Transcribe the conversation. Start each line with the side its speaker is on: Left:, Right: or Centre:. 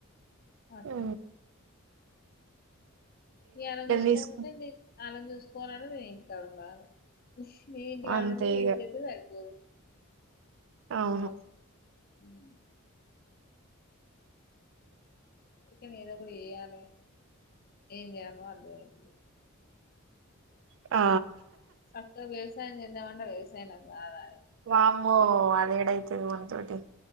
Left: అట్లా
Right: ఆ
Left: నేను వాళ్ళని చూసుకోవాలంటే
Right: తీసుకు
Left: వాళ్లని చూసుకోవాలంటే నేను ఇంటికాడఉండాలి మీ ఇంటి కాడ
Right: అంతే
Left: ఉంటే
Right: ఇగ
Left: నీ జత సరిపోదు
Right: అవును
Left: ఓ మ్ ఇక ఏదో ఒకటి చేయాలి ఏం చేయాలో అర్థం అయితలేదు
Right: ఆ
Left: సక్కగా వ్యవసా <unintelligible> వ్యసాయం బాగా
Right: వామో అదేడైతుది మన్ తోటి